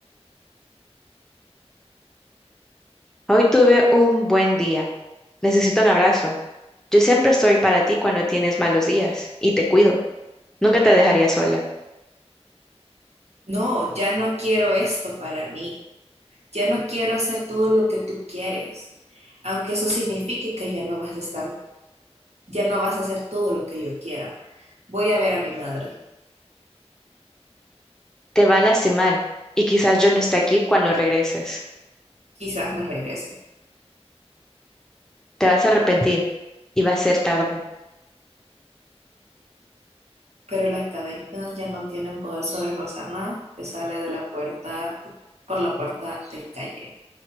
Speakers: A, in the centre; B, on the right (about 80°).
A: Hoy tuve un buen día. Necesito un abrazo. Yo siempre estoy para ti cuando tienes malos días y te cuido. Nunca te dejaría sola.
B: No, ya no quiero esto para mí. Ya no quiero hacer todo lo que tú quieres. Aunque eso signifique que ya no vas a estar, ya no vas a hacer todo lo que yo quiera. Voy a ver a mi madre.
A: Te va a lastimar y quizás yo no esté aquí cuando regreses.
B: Quizás no regrese.
A: Te vas a arrepentir y va a ser tarde.
B: Pero las cadenas ya no tienen poder sobre Rosana, que sale de la puerta, por la puerta del calle.